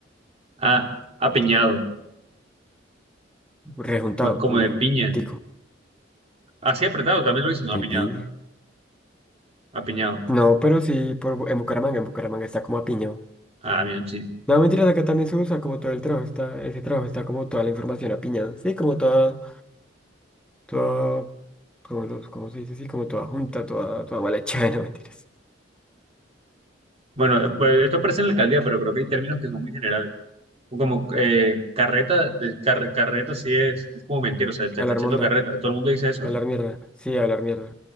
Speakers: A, on the right; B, in the centre.
A: ah, apiñado,
B: rejuntado,
A: como, como
B: como
A: de
B: juntico,
A: piña. Así apretado, también lo dicen, no,
B: de
A: apiñado,
B: piña.
A: apiñado.
B: No, pero sí, por, Bu- en Bucaramanga, en Bucaramanga está como apiñado.
A: Ah, bien, sí.
B: No, mentiras, acá también se usa como todo el trabajo, está, ese trabajo está como toda la información apiñada, sí, como toda, toda, como los, ¿cómo se dice? Sí, como toda junta, toda, toda mal hecha, <laughs> no mentiras.
A: Bueno, pues esto aparece en la alcaldía, pero creo que hay términos que son muy generales. O Como eh, carreta, de- car- carreta sí es, es como mentira, o sea, te
B: Hablar
A: está echando
B: monda,
A: carreta. Todo el mundo dice eso,
B: hablar
A: ¿no?
B: mierda, sí, hablar mierda,